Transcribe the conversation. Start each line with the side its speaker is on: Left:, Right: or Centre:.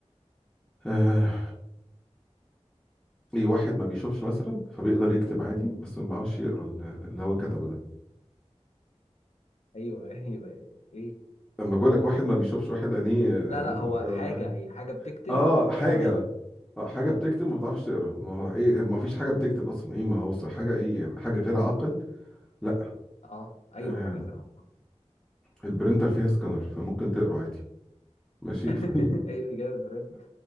Centre: آه. ايه واحد ما بيشوفش مثلا فبيقدر يكتب عادي بس ما بيعرفش يقرا اللي هو كتبه ده
Left: ايوه <laughs> ايوه ايه
Centre: لما بقول لك واحد ما بيشوفش واحد عينيه عينيه
Left: لا لا هو
Centre: تعبية ولا
Left: حاجه
Centre: حاجه
Left: هي حاجه بتكتب
Centre: اه
Left: ما
Centre: حاجه
Left: بتعرفش
Centre: اه حاجه بتكتب وما بتعرفش تقرا ما هو ايه ما فيش حاجه بتكتب اصلا ايه ما هو صح- حاجه ايه يعني حاجه غير عاقل لا
Left: اه ايوه
Centre: آه
Left: حاجه غيرها
Centre: البرينتر فيها سكانر فممكن تقرا عادي ماشي
Left: <laughs>
Centre: <laughs>
Left: ايه اللي جاب البرنت